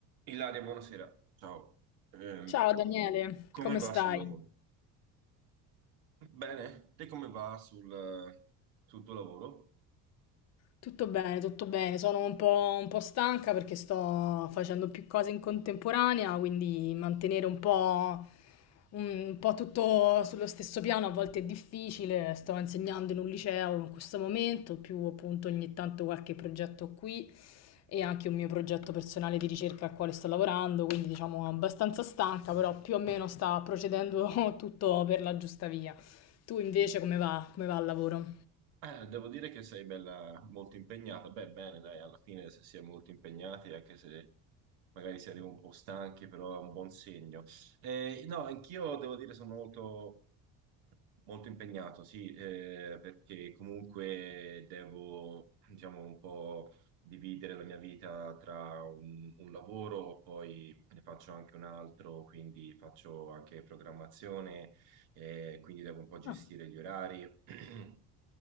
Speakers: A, on the right; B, on the left.
A: Ilaria, buonasera. Ciao, Ehm,
B: Ciao Daniele,
A: come
B: come
A: va
B: stai?
A: sul lavoro? Bene, te come va sul, eh, sul tuo lavoro?
B: Tutto bene, tutto bene. Sono un po', un po' stanca perché sto facendo più cose in contemporanea, quindi mantenere un po', un po' tutto sullo stesso piano a volte è difficile. Sto insegnando in un liceo in questo momento, più appunto ogni tanto qualche progetto qui. e anche un mio progetto personale di ricerca al quale sto lavorando, quindi diciamo abbastanza stanca, però più o meno sta procedendo <laughs> tutto per la giusta via. Tu invece come va? Come va al lavoro?
A: Eh, devo dire che sei bella, molto impegnata. Beh, bene, dai, alla fine se si è molto impegnati, anche se magari si arriva un po' stanchi, però è un buon segno. Eh, no, anch'io devo dire sono molto, molto impegnato, sì, eh, perché comunque devo, diciamo, un po' dividere la mia vita tra un, un lavoro, poi ne faccio anche un altro, quindi faccio anche programmazione, eh, quindi devo un po' gestire
B: Ah,
A: gli orari. <clears throat>